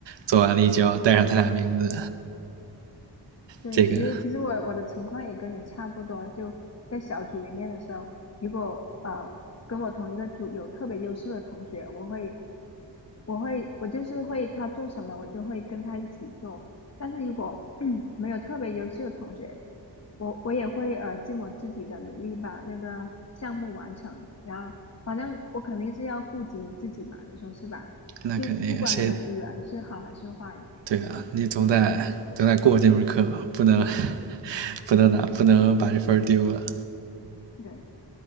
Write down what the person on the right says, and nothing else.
做完了一交，
带上他俩名字，
这个
那肯定谁
对啊，你总得总得过这门课吧，不能 <laughs>
不能拿不能把这分丢了。